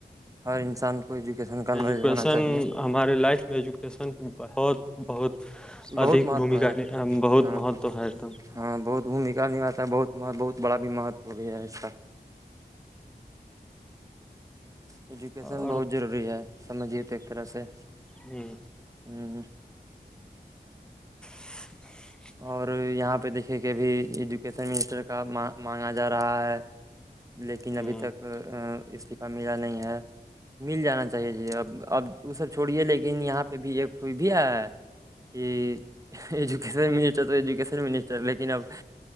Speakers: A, on the right; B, in the centre.
A: ہر انسان کو ایجوکیشن کا نالج
B: ایجوکیشن
A: ہونا چاہیے
B: ہمارے لائف میں ایجوکیشن کی بہت بہت
A: بہت
B: ادھ
A: مہتو
B: بھومکا
A: ہے
B: بہت
A: ہاں
B: مہتو ہے ایک دم
A: ہاں بہت بھومکا نباتا ہے بہت مہ بہت بڑا بھی مہتو بھی ہے اس کا ایجوکیشن
B: اور
A: بہت ضروری ہے سمجھیے تو ایک طرح سے
B: ہوں
A: ہوں
B: <inaudible>
A: اور یہاں پہ دیکھے کہ ابھی ایجوکیشن منسٹر کا مانگا جا رہا ہے لیکن
B: ہ
A: ابھی تک استعفی ملا نہیں ہے مل جانا چاہیے جی اب اب وہ سب چھوڑیے لیکن یہاں پہ بھی ایکٹئی بھی ہے کہ ایجوکیشن منسٹر تو ایجوکیشن منسٹر لیکن اب